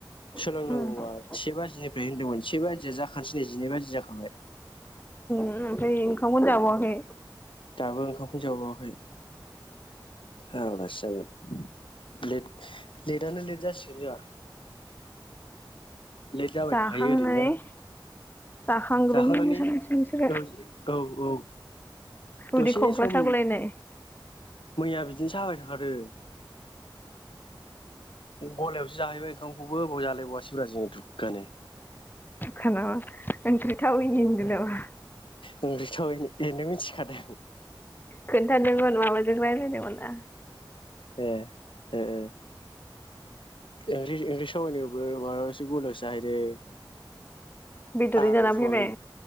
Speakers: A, on the left; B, on the left.
A: सोलोंनांगौआ
B: ओमफ्राय
A: से बाजिनि ओमफ्राय होनदोंमोन से बाजि जाखानोसै नै जिनै बाजिया जाखाबाय!
B: ओमफ्राय ओंखामखौनों जाबावाखै।
A: दाबो ओंखामखौनो जाबावाखै। औलासि जागोन लेट लेटानो लेट जासिगोन जों लेट जाबाय
B: जाखांनानै
A: थाखायो ओरैनो।
B: जाखांग्रोमोन
A: जाखांनानै
B: मोस मस बिसोरो
A: औ औ औ दसे
B: उदि खंख्ला
A: सम
B: सागलाय।
A: मैया बिदिनो साबाय थाखादो गलायावसो जाहैबाय ओंखामखौबो बेयाव जालाय बावासै जोङो दुग्गानो
B: खानामा। ओंख्रि थाउयैनि होनदोंनामा।
A: मोनबेसे थाबाय नोंनो मिथिखादों।
B: खोन्थादोंमोन माबाजों रायज्लायदोंमोन ना।
A: ए ए ए। इंलि-इंलिसाव ओनो उम माबासो बयलारसो जाहैदों।
B: बेदरै
A: आलु
B: जाना
A: सवाबिन
B: फैबाय